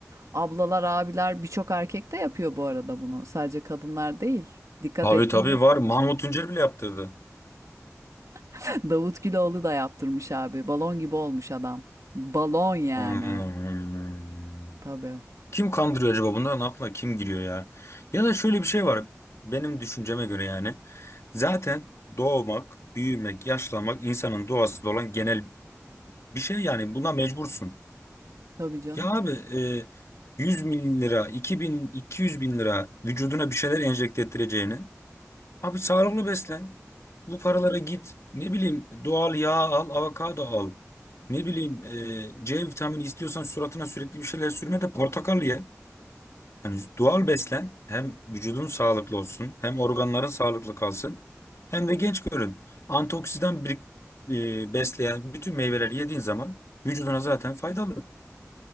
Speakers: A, on the right; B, on the left.
A: ablalar, abiler birçok erkek de yapıyor bu arada bunu. Sadece kadınlar değil. Dikkat
B: Tabii
A: ettin
B: tabii
A: mi?
B: var. Mahmut Tuncer bile yaptırdı.
A: <laughs> Davut Güloğlu da yaptırmış abi. Balon gibi olmuş adam. Balon yani.
B: Hmm.
A: Tabii.
B: Kim kandırıyor acaba? Bunların aklına kim giriyor ya? Ya da şöyle bir şey var. Benim düşünceme göre yani. Zaten doğmak, büyümek, yaşlanmak insanın doğasında olan genel bir şey yani. Buna mecbursun.
A: Tabii canım.
B: Ya abi e, 100 bin lira, 2000, 200 bin lira vücuduna bir şeyler enjekte ettireceğini Abi sağlıklı beslen. Bu paralara git. Ne bileyim doğal yağ al, avokado al. Ne bileyim e, C vitamini istiyorsan suratına sürekli bir şeyler sürme de portakal ye. Yani doğal beslen. Hem vücudun sağlıklı olsun, hem organların sağlıklı kalsın, hem de genç görün. Antioksidan bir, e, besleyen bütün meyveleri yediğin zaman vücuduna zaten faydalı.